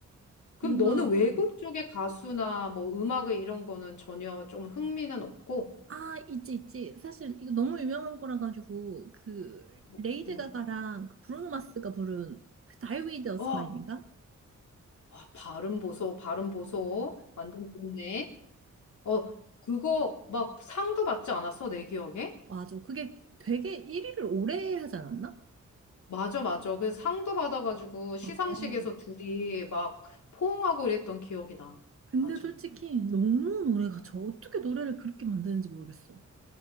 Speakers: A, on the left; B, on the right.
A: 그럼
B: 뭔가
A: 너는 외국 쪽의 가수나 뭐 음악의 이런 거는 전혀 좀 흥미는 없고?
B: 아, 있지, 있지. 사실 이거 너무 유명한 거라 가지고 그
A: 뭐,
B: 레이드
A: 응.
B: 가가랑 그 브루노 마스가 부른 그 Die With a Smile인가?
A: 어, 와, 발음 보소, 발음 보소. 완전 좋네. 어, 그거 막 상도 받지 않았어, 내 기억에?
B: 맞아. 그게 되게 1위를 오래 하지 않았나?
A: 맞아, 맞아. 그래서 상도 받아가지고 시상식에서
B: 어.
A: 둘이 막 포옹하고 이랬던 기억이 나.
B: 근데
A: 맞아.
B: 솔직히 너무 노래가 저 어떻게 노래를 그렇게 만드는지 모르겠어.